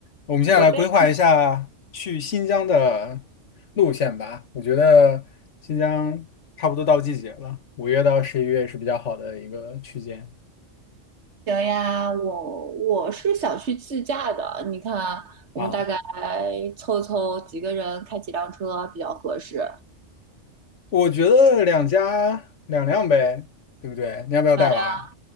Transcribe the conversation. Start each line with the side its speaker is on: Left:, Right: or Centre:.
Left: 我们现在来规划一下去新疆的
Right: 我对行
Left: 路线吧。我觉得新疆差不多到季节了，五月到十一月是比较好的一个区间
Right: 呀，我我是想去自驾的。你看，我们大概
Left: 啊。
Right: 凑凑几个人，开几辆车比较合适。
Left: 我觉得两家两辆呗，对不对？你要不要带娃？
Right: 好那